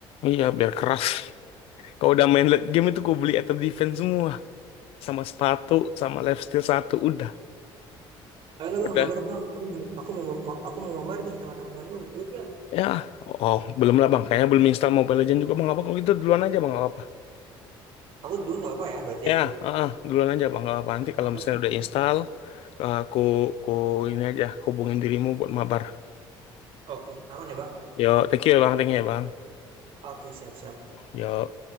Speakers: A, on the left (about 70°); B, on the right (about 65°).
A: Iya biar keras. <laughs> Kalau udah main late game itu aku beli item defense semua. Sama sepatu. Sama lifesteal satu. Udah.
B: Ayolah bang,
A: Udah.
B: mabar bang. Aku mau, aku mau- aku mau mabar nih sama teman-temanku. Ikut gak?
A: Ya, oh, belum lah bang. Kayaknya belum install Mobile Legends juga bang. apa kalau gitu duluan aja bang, nggak apa-apa.
B: Aku duluan nggak apa-apa ya berarti
A: Ya,
B: ya.
A: heeh, duluan aja bang, nggak apa-apa. Nanti
B: Sama
A: kalau
B: bareng.
A: misalnya udah
B: ya.
A: install, aku, aku ini aja, hubungin dirimu buat mabar.
B: Oke, aman ya Bang?
A: Yo, thank you ya bang, thank you ya bang.
B: Oke, siap-siap.
A: Yo.